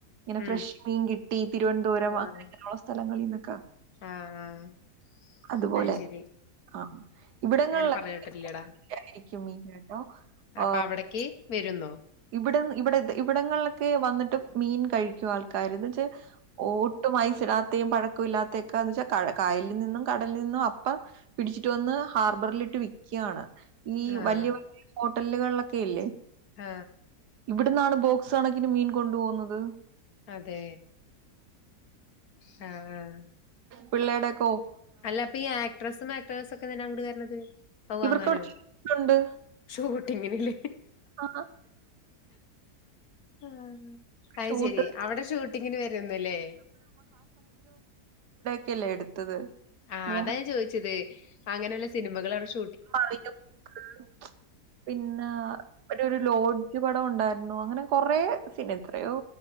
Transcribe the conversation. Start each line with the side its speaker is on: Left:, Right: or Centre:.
Right: ഇങ്ങനെ
Left: ഉം
Right: ഫ്രഷ്മീൻ കിട്ടി തിരുവനന്തപുരം
Left: ആഹ്
Right: അങ്ങനെയുള്ള സ്ഥ ലങ്ങളിൽന്നൊക്ക
Left: ആഹ്
Right: അതുപോലെ
Left: അത് ശരി
Right: ആ ഇവിടങ്ങളില്
Left: അങ്ങനെ പറഞ്ഞ് കേട്ടിട്ടില്ലടാ
Right: <inaudible> ആയിരിക്കും മീനുട്ടോ ഓ
Left: അപ്പൊ അവിടേക്ക് വരുന്നോ
Right: ഇവിടെ ഇവിടെ ഇവിടങ്ങളിലൊക്കെ വന്നിട്ട് മീൻ കഴിക്കും ആൾക്കാര് എന്ന് വെച്ചാ ഓട്ടും ഐസ് ഇടാത്തെയും പഴക്കോ ഇല്ലാത്തെയൊക്കെ എന്ന് വെച്ചാൽ കായലിൽ നിന്നും കടലിൽ നിന്നും അപ്പം പിടിച്ചിട്ട് വന്ന് ഹാർബറിലിട്ട് വിക്കയാണ് ഈ
Left: ആഹ്
Right: വലിയ വലിയ ഹോ ട്ടലുകളൊക്കെ ഇല്ലേ
Left: ആ
Right: ഇവിടുന്നാണ് ബോക്സ് കണക്കിന് മീൻ കൊണ്ടു പോകുന്നത്
Left: അതെ ആ ആ
Right: പിള്ളേടെക്ക്
Left: അല്ല അപ്പ ഈ ആക്ട്രസ്സും ആക്ടേഴ്സും ഒക്കെ എന്തിനാ അങ്ങട് കേറണത്? അത് വാങ്ങനോ
Right: ഇവർക്കവിടെ ഷൂട്ടുണ്ട്.
Left: ഷൂട്ടിങ്ങിനില്ലേ?
Right: ആ
Left: ആ അയ്
Right: ഷൂട്ട്
Left: ശെരി. അവിടെ ഷൂട്ടിങ്ങിന് വരൂംന്നില്ലേ?
Right: ക്കയല്ലേ എടുത്തത്.
Left: ആ
Right: മോഹൻ
Left: അതാ ഞാൻ ചോദിച്ചത്. അങ്ങനെയുള്ള സിനിമകൾ അവടെ ഷൂ
Right: മറിയം മുക്ക് പിന്നെ ഒരു ഒരു ലോഡ്ജ് പടം ഉണ്ടായി രുന്നു. അങ്ങനെ കൊറേ സിനി <unintelligible> എത്രയോ